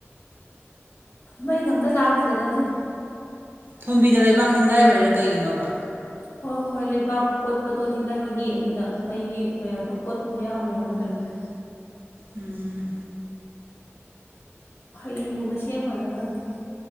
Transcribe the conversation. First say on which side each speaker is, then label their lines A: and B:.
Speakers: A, on the left; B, on the right.
A: ꯃꯩꯒ ꯑꯝꯇ ꯂꯥꯛꯇ꯭ꯔꯦꯗ ꯉꯁꯤꯗꯤ
B: ꯊꯣꯝꯕꯤꯗ ꯂꯩꯕꯥꯛ ꯅꯤꯡꯒꯥꯏꯕꯩꯔꯥ ꯀꯩꯒꯤꯅꯣꯕ
A: ꯍꯣꯏ ꯍꯣꯏ ꯂꯩꯕꯥꯛ ꯀꯣꯠꯄꯗꯣ ꯅꯤꯡꯈꯥꯏꯕꯒꯤ ꯑꯗꯨꯗ ꯃꯩꯒꯤ <unintelligible> ꯀꯣꯠꯄ ꯌꯥꯎꯈ꯭ꯔꯦ ꯍꯥꯏꯕꯔꯥ ꯀꯩꯅꯣꯝ ꯍꯥꯏ
B: ꯎꯝ
A: ꯍꯌꯦꯡꯒꯨꯝꯕ ꯁꯦꯝꯒꯗ꯭ꯔꯥ ꯈꯪꯗꯦ